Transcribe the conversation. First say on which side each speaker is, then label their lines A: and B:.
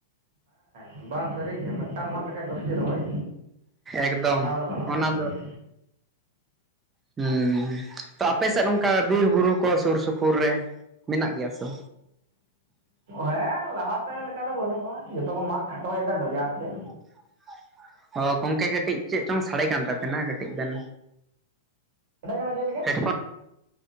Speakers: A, on the right (about 60°); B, on the right (about 20°).
A: ᱦᱮᱸ ᱵᱟᱝ ᱥᱟᱹᱨᱤᱜᱮ ᱢᱤᱫᱴᱟᱝ ᱢᱟᱜ ᱞᱮᱠᱷᱟᱱ ᱫᱚᱥᱴᱤ ᱨᱚᱦᱚᱭ
B: ᱮᱠᱫᱚᱢ
A: ᱠᱟᱛᱷᱟ ᱫᱚ ᱠᱟᱱᱟ ᱵᱟᱝ
B: ᱚᱱᱟ
A: ᱫᱚ ᱵᱟᱝ᱾
B: ᱦᱮᱸ ᱛᱚ ᱟᱯᱮ ᱥᱮᱫ ᱱᱚᱝᱠᱟ ᱵᱤᱨ ᱵᱩᱨᱩ ᱠᱚ ᱥᱩᱨ ᱥᱩᱯᱩᱨ ᱨᱮ ᱢᱮᱱᱟᱜ ᱜᱮᱭᱟ ᱛᱚ?
A: ᱦᱮᱸ ᱞᱟᱦᱟᱛᱮ ᱞᱮᱠᱟ ᱫᱚ ᱵᱟᱹᱱᱩᱜᱼᱟ ᱡᱚᱛᱚ ᱠᱚ ᱢᱟᱜ ᱠᱷᱟᱴᱚᱭᱮᱫᱟ ᱰᱚᱡᱟᱨ ᱛᱮ᱾
B: <unintelligible> ᱚ ᱜᱚᱝᱠᱮ ᱠᱟᱹᱴᱤᱡ ᱪᱮᱫ ᱪᱚᱝ ᱥᱟᱰᱮ ᱠᱟᱱ ᱛᱟᱯᱮᱱᱟ ᱠᱟᱹᱴᱤᱡ ᱵᱮᱱ
A: ᱥᱟᱸᱰᱮ ᱠᱟᱱᱟ ᱪᱮᱫ ᱞᱟᱹᱜᱤᱫ
B: ᱦᱮᱰᱯᱷᱳᱱ